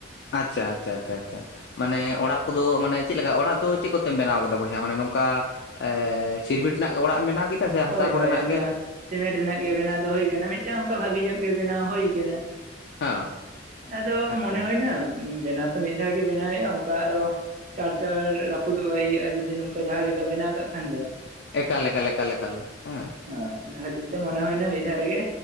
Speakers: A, on the left; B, on the right.
A: ᱟᱪᱪᱷᱟ ᱟᱪᱪᱷᱟ ᱟᱪᱪᱷᱟ ᱟᱪᱪᱷᱟ᱾ ᱢᱟᱱᱮ ᱚᱲᱟᱜ ᱠᱚᱫᱚ ᱢᱟᱱᱮ ᱪᱮᱫ ᱞᱮᱠᱟ ᱚᱲᱟᱜ ᱫᱚ ᱪᱮᱫ ᱠᱚᱛᱮᱢ ᱵᱮᱱᱟᱣ ᱠᱟᱫᱟ ᱵᱚᱭᱦᱟ ᱢᱟᱱᱮ ᱱᱚᱝᱠᱟ ᱮ ᱥᱤᱨᱢᱤᱴ ᱨᱮᱱᱟᱜ ᱚᱲᱟᱜ ᱮᱢ ᱵᱮᱱᱟᱣ ᱠᱮᱫᱟ? ᱥᱮ
B: ᱦᱳᱭ
A: ᱦᱟᱥᱟ ᱠᱚᱨᱮᱱᱟᱜ
B: ᱦᱳᱭ ᱚᱱᱠᱟ
A: ᱜᱮ
B: ᱥᱤᱢᱮᱱᱴ ᱨᱮᱱᱟᱜ ᱜᱮ ᱵᱮᱱᱟᱣ ᱫᱚ ᱦᱳᱭ ᱠᱟᱱᱟ, ᱢᱤᱫᱴᱟᱝ ᱚᱱᱠᱟ ᱵᱷᱟᱜᱮ ᱧᱚᱜ ᱜᱮ ᱵᱮᱱᱟᱣ ᱦᱳᱭ ᱠᱟᱱᱟ᱾
A: ᱦᱮᱸ
B: ᱟᱫᱚ
A: ᱟᱪᱪᱷᱟ
B: ᱢᱚᱱᱮ ᱦᱩᱭᱱᱟ ᱩᱸ ᱵᱮᱱᱟᱣ ᱛᱚ ᱢᱤᱫ ᱫᱷᱟᱣ ᱜᱮ ᱵᱮᱱᱟᱣ ᱦᱩᱭᱩᱜᱼᱟ ᱚᱱᱠᱟ ᱟᱨᱚ ᱪᱟᱸᱲ ᱪᱟᱸᱲ ᱨᱟᱹᱯᱩᱫᱚᱜᱼᱟ ᱤᱭᱟᱹᱜᱼᱟ ᱡᱩᱫᱤ ᱱᱚᱝᱠᱟ ᱡᱟᱦᱟᱸ ᱞᱮᱠᱟ ᱵᱮᱱᱟᱣ ᱠᱟᱜ ᱠᱷᱟᱱ ᱫᱚ᱾
A: ᱮᱠᱟᱞ ᱮᱠᱟᱞ ᱮᱠᱟᱞ ᱮᱠᱟᱞ ᱦᱮᱸ
B: ᱦᱳᱭ ᱚᱱᱟ ᱠᱷᱟᱹᱛᱤᱨ ᱛᱮ ᱢᱚᱱᱮ ᱦᱩᱭᱱᱟ ᱢᱤᱫ ᱫᱷᱟᱣ ᱨᱮᱜᱮ